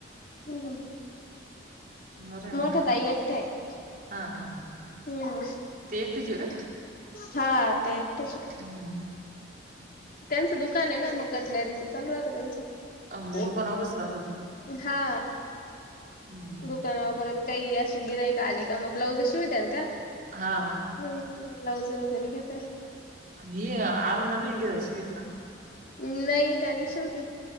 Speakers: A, on the left; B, on the right.
A: हूं
B: बरं आहे
A: मोठ्या
B: मग काय
A: ताई एकटया ए
B: हा हा हा
A: हम्म...
B: ते एकटीच आहे का
A: हा... ते एकट्याच हेत
B: हम्म
A: त्यांचं दुकान हाय ना... मग कटलरीचं... चालू राहतं त्यांचं...
B: अं, म्हणजे
A: हो
B: दुकानावर बसत असेल ती
A: हा
B: हम्म हम्म
A: दुकानावर परत काई... अशी गिऱ्हाईकं आले का मग ब्लाउजं शिवीत्या ना त्या
B: हा हा
A: <unintelligible> ब्लाउज वगैरे घेता
B: हि आरुना नाही शिवित का?
A: नही त्या नही शिवती